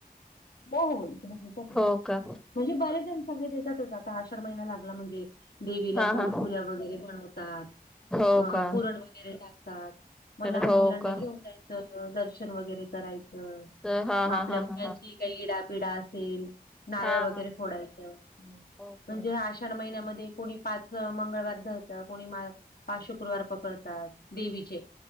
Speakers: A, on the left; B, in the centre.
A: हो हो इकडे देतात ना
B: हो
A: मग.
B: का?
A: म्हणजे बरे जण सगळे देतातच आता आषाढ महिना लागला म्हणजे. देवीला
B: हा
A: गोडपुऱ्या
B: हा.
A: वगैरे बनवतात
B: हो
A: अ
B: का?
A: पुरण वगैरे टाक टाट मग
B: तर
A: लहान
B: हो
A: मुलांना
B: का?
A: घेऊन जायचं दर्शन वगैरे करायचं
B: तर हा
A: मग आपल्या
B: हा हा
A: मुलाची
B: हा हा.
A: काही इडापिडा असेल नारळ
B: हा
A: वगैरे
B: हा.
A: फोडायच
B: ओके.
A: म्हणजे या अश आषाढ महिन्यामध्ये कोणी पाच मंगळवार धरत कोणी माळ पाच शुक्रवार पकडतात. देवीचे.